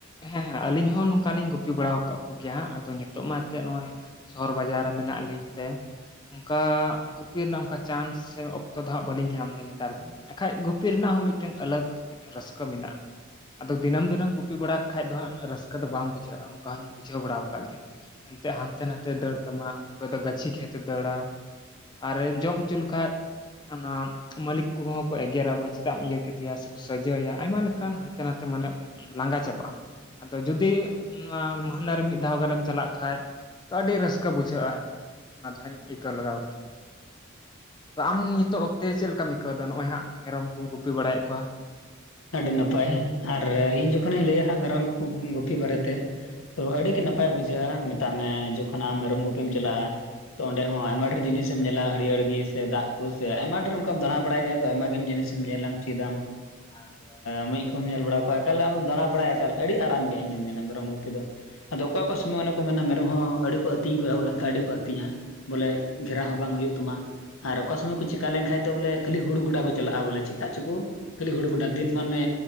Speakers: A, on the left; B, on the left.
A: ᱦᱮᱸ ᱟᱞᱤᱧ ᱦᱚᱸ ᱱᱚᱝᱠᱟᱞᱤᱧ ᱜᱩᱯᱤ ᱵᱟᱲᱟ ᱟᱠᱟᱫ ᱠᱚᱜᱮᱭᱟ ᱟᱫᱚ ᱱᱤᱛᱚᱜ ᱢᱟ ᱮᱱᱛᱮᱜ ᱱᱚᱜᱼᱚᱭ ᱥᱚᱦᱚᱨ ᱵᱟᱡᱟᱨ ᱨᱮ ᱢᱮᱱᱟᱜ ᱞᱤᱧ ᱛᱮ ᱚᱱᱠᱟ ᱜᱩᱯᱤ ᱨᱮᱱᱟᱜ ᱚᱱᱠᱟ ᱪᱟᱱᱥ ᱥᱮ ᱚᱠᱛᱚ ᱫᱚ ᱦᱟᱸᱟᱜ ᱵᱟᱹᱞᱤᱧ ᱧᱟᱢ ᱮᱫᱟ ᱱᱮᱛᱟᱨ ᱫᱚ ᱟᱠᱷᱟᱡ ᱜᱩᱯᱤ ᱨᱮᱱᱟᱜ ᱦᱚᱸ ᱢᱤᱫᱴᱟᱝ ᱟᱞᱟᱜᱽ ᱢᱤᱫᱴᱟᱝ ᱨᱟᱹᱥᱠᱟᱹ ᱢᱮᱱᱟᱜᱼᱟ᱾ ᱟᱫᱚ ᱫᱤᱱᱟᱹᱢ ᱫᱤᱱᱟᱹᱢ ᱜᱩᱯᱤ ᱵᱟᱲᱟ ᱠᱷᱟᱡ ᱫᱚ ᱦᱟᱜ ᱨᱟᱹᱥᱠᱟᱹ ᱫᱚ ᱵᱟ ᱵᱟᱝ ᱵᱩᱡᱷᱟᱹᱜᱼᱟ ᱚᱱᱠᱟ ᱦᱚᱧ ᱵᱩᱡᱷᱟᱹᱣ ᱵᱟᱲᱟ ᱠᱟᱜ ᱜᱮᱭᱟ ᱮᱱᱛᱮᱜ ᱦᱟᱱᱛᱮ ᱱᱟᱛᱮ ᱫᱟᱹᱲ ᱛᱟᱢᱟ ᱚᱠᱚᱭ ᱫᱚ ᱜᱟᱹᱪᱷᱤ ᱠᱷᱮᱛᱛᱮ ᱫᱟᱹᱲᱟ ᱟᱨᱮ ᱡᱚᱢ ᱦᱚᱪᱚ ᱞᱮᱠᱷᱟᱡ ᱚᱱᱟ ᱢᱟᱹᱞᱤᱠ ᱠᱚᱦᱚᱸ ᱠᱚ ᱮᱜᱮᱨᱟ ᱵᱚᱞᱮ ᱪᱮᱫᱟᱜ ᱮᱢ ᱤᱭᱟᱹ ᱠᱮᱫᱮᱭᱟ ᱥᱮᱠᱚ ᱥᱟᱡᱟᱹᱭᱟ ᱟᱭᱢᱟ ᱞᱮᱠᱟ ᱠᱷᱟᱱ ᱦᱟᱱᱛᱮ ᱱᱟᱛᱮ ᱢᱟᱱᱮ ᱞᱟᱸᱜᱟ ᱪᱟᱵᱟᱜᱼᱟᱢ ᱟᱫᱚ ᱡᱩᱫᱤ ᱩᱦᱼᱟᱸ <unintelligible> ᱢᱟᱦᱱᱟᱹ ᱨᱮ ᱢᱤᱫ ᱫᱷᱟᱣ ᱜᱟᱱᱮᱢ ᱪᱟᱞᱟᱜ ᱠᱷᱟᱡᱽ ᱛᱚ ᱟᱹᱰᱤ ᱨᱟᱹᱥᱠᱟᱹ ᱵᱩᱡᱷᱟᱹᱜᱼᱟ ᱚᱱᱟ ᱫᱚ ᱦᱟᱧ ᱟᱹᱭᱠᱟᱹᱣ ᱞᱮᱜᱟᱣ ᱠᱟᱫᱟ᱾ ᱛᱚ ᱟᱢ ᱱᱤᱛᱚᱜ ᱚᱠᱛᱮ ᱪᱮᱫ ᱞᱮᱠᱟᱢ ᱟ. ᱭᱠᱟᱹᱣᱫᱟ ᱱᱚᱜᱼᱚᱭ ᱦᱟᱜ ᱢᱮᱨᱚᱢ ᱠᱚᱢ ᱜᱩᱯᱤ ᱵᱟᱲᱟᱭᱮᱫ ᱠᱚᱣᱟ?
B: ᱟᱹᱰᱤ ᱱᱟᱯᱟᱭ ᱟᱨ ᱤᱧ ᱡᱚᱠᱷᱚᱱᱤᱧ ᱞᱟᱹᱭᱟ ᱦᱟᱸᱜ ᱢᱮᱨᱚᱢ ᱠᱚ ᱜᱩᱯᱤ ᱵᱟᱨᱮᱛᱮ ᱛᱚ ᱟᱹᱰᱤᱜᱮ ᱱᱟᱯᱟᱭ ᱵᱩᱡᱷᱟᱹᱜᱼᱟ ᱢᱮᱛᱟᱜ ᱢᱮ ᱡᱚᱠᱷᱚᱱ ᱟᱢ ᱢᱮᱨᱚᱢ ᱜᱩᱯᱤᱢ ᱪᱟᱞᱟᱜᱼᱟ ᱛᱚ ᱚᱸᱰᱮ ᱦᱚᱸ ᱟᱭᱢᱟ ᱰᱷᱮᱨ ᱡᱤᱱᱤᱥᱮᱢ ᱧᱮᱞᱟ ᱦᱟᱹᱨᱭᱟᱹᱲ ᱜᱮ ᱥᱮ ᱫᱟᱜ ᱠᱚ ᱥᱮ ᱟᱭᱢᱟ ᱰᱷᱮᱨ ᱚᱱᱠᱟᱢ ᱫᱟᱬᱟ ᱵᱟᱲᱟᱭ ᱠᱷᱟᱡ ᱫᱚ ᱟᱭᱢᱟ ᱜᱟᱱ ᱡᱤᱱᱤᱥ ᱮᱢ ᱧᱮᱞᱟᱢ ᱪᱮᱫᱟᱢ
A: ᱟ <unintelligible>
B: ᱢᱩᱡᱽ ᱠᱚᱦᱚᱢ ᱧᱮᱞ ᱵᱟᱲᱟ ᱠᱚᱣᱟ ᱮᱠᱟᱞᱮ ᱟᱢᱮᱢ ᱫᱟ ᱵᱟᱲᱟᱭᱟ ᱮᱠᱟᱞ ᱟᱹᱰᱤ ᱟᱨᱟᱢ ᱜᱮᱭᱟ ᱤᱧᱤᱧ ᱢᱮᱱᱟ ᱢᱮᱨᱚᱢ ᱜᱩᱯᱤ ᱫᱚ ᱟᱫᱚ ᱚᱠᱟ ᱚᱠᱟ ᱥᱚᱢᱚᱭ ᱚᱱᱮ ᱠᱚ ᱢᱮᱱᱟ ᱢᱮᱨᱚᱢ ᱦᱚᱸ ᱟᱹᱰᱤ ᱠᱚ ᱟᱹᱛᱤᱧ ᱠᱚ ᱮᱦᱚᱵ ᱞᱮᱱᱠᱷᱟᱱ ᱟᱹᱰᱤ ᱠᱚ ᱟᱹᱛᱤᱧᱟ ᱵᱚᱞᱮ ᱜᱷᱮᱨᱟ ᱦᱚᱸ ᱵᱟᱝ ᱦᱩᱭᱩᱜ ᱛᱟᱢᱟ ᱟᱨ ᱚᱠᱟ ᱥᱚᱢᱚᱭ ᱠᱚ ᱪᱤᱠᱟ ᱞᱮᱱᱠᱷᱟᱱ ᱫᱚ ᱵᱚᱞᱮ ᱠᱷᱟᱹᱞᱤ ᱦᱩᱲᱩ ᱜᱚᱰᱟ ᱠᱚ ᱪᱟᱞᱟᱜᱼᱟ ᱵᱚᱞᱮ ᱪᱮᱠᱟᱜ ᱪᱚᱠᱚ ᱠᱷᱟᱹᱞᱤ ᱦᱩᱲᱩ ᱜᱚᱴᱟ ᱫᱤᱱ ᱢᱟᱱᱮ